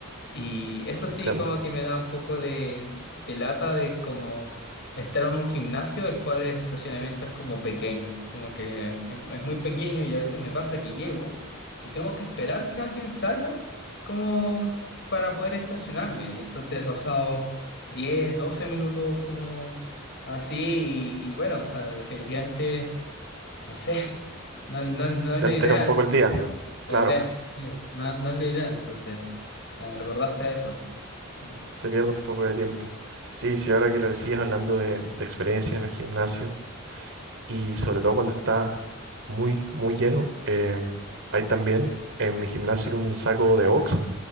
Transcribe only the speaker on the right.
Entiendo.
Te
altera
un poco el día.
Claro,
se pierde un poco de tiempo. Sí, sí, ahora que lo decías hablando de, de experiencia en el gimnasio y sobre todo cuando está muy, muy lleno, em, hay también en mi gimnasio un saco de box